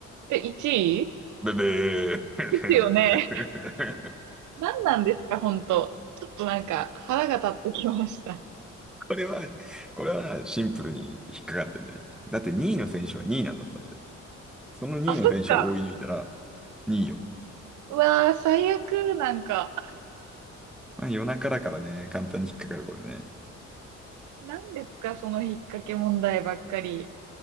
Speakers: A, on the right (about 75°); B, in the centre.
A: え、1位
B: ブブー。
A: ですよね。<laughs> 何なんですか、本当。ちょっとなんか腹が立ってきました。
B: <laughs> これは、これはシンプルに引っかかってんね。だって2位の選手は2位なんだもんだって。その2位の選手を追い抜いたら
A: あ、そっか。
B: 2位よ。
A: うわー、最悪、なんか。
B: まあ夜中だからね、簡単に引っかかるこれね。
A: 何ですか、その引っ掛け問題ばっかり。